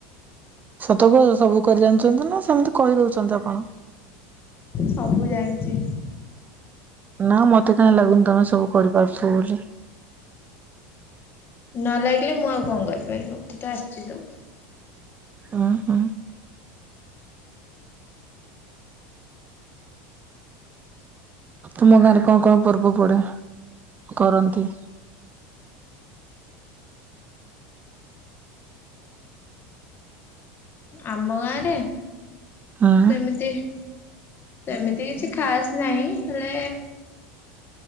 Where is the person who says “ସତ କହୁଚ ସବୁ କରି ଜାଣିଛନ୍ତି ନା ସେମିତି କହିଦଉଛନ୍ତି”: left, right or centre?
Right